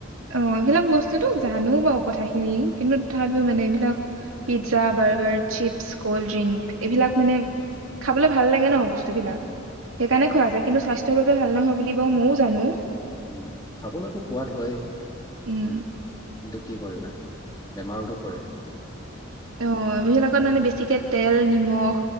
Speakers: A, on the right; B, on the left.
A: অঁ', এইবিলাক বস্তুতো, জানো বাৰু কথাখিনি। কিন্তু তথাপিও মানে
B: উম
A: এইবিলাক pizza, burger, chips, cold drink, এইবিলাক মানে খাবলৈ ভাল লাগে ন বস্তুবিলাক। সেইকাৰণে খোৱা
B: উম।
A: যায় কিন্তু বাব ভাল নহয় বুলি বাৰু মইও জানো।
B: উম, খাবলৈতো সোৱাদ হয়েই
A: উম।
B: কিন্তু কি কৰিবা, বেমাৰোতো কৰে।
A: অঁ, এইবিলাকত মানে বেছিকে তেল, নিমখ,